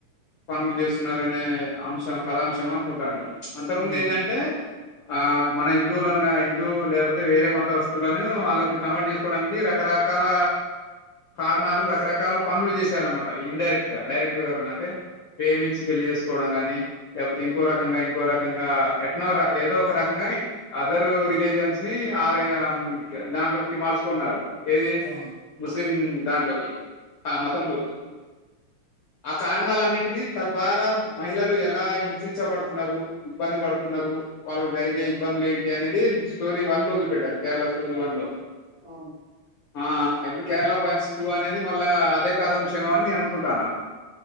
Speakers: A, on the left; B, on the right.
A: పనులు చేస్తున్నారునే అంశం కళాంశం అనుకుంటారని అంత
B: ఉమ్,
A: ముందు ఏంటంటే ఆ మన హిందువుల హిందూ లేకపోతే వేరే మత అంతస్తులను వాళ్ళకి కన్వర్ట్ చేసుకోవడానికి రకరకాల కారణాలు రకరకాల పనులు చేశారనమాట ఇండైరెక్ట్ డైరెక్ట్ కాకుడా అంటే ప్రేమించి పెళ్లి చేసుకోవడం గాని లేపోతే ఇంకో రకంగా ఇంకో రకంగా ఎట్నో ర ఏదో ఒక రకంగా అదరు రిలీజన్స్ ని ఆ రీ ఆ దాంట్లోకి మార్చుకున్నారు ఏది
B: అవును
A: ముస్లిం దాంట్లోకి ఆ మతం లోకి ఆ కారణాలన్నిటిని తద్వారా మహిళలు ఎలా ఇలా హింసించబడుతున్నారు ఇబ్బంది పడుతున్నరు
B: ఉమ్,
A: వాళ్ళకి జరిగే
B: ఉమ్,
A: ఇబ్బందులు ఏం అనేది స్టోరీ వన్ లో చూపెట్టారు కేరళ స్టోరీ
B: అ-
A: వన్ లో
B: అవును
A: ఆ ఇప్పుడు కేరళ ఫైల్స్ టూ అనేది మళ్ళా అదే కాదామ్శేమో అని నేను అనుకుంటాన